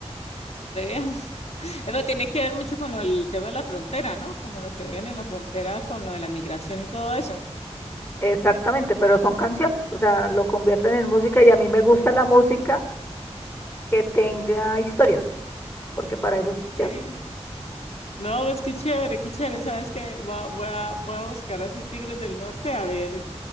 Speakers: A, on the left; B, on the left.
A: vea. <laughs> Pero tiene que ver mucho con lo- el tema de la frontera, ¿no? Como lo que viven en la frontera con lo de la migración y todo eso.
B: Exactamente, pero son canciones, o sea, lo convierten en música y a mí me gusta
A: Ya,
B: la música que tenga historias, porque para eso es
A: Sí,
B: chévere.
A: no, pues qué chévere, qué chévere, sabes que voy a, voy a buscar así Tigres del Norte, a ver,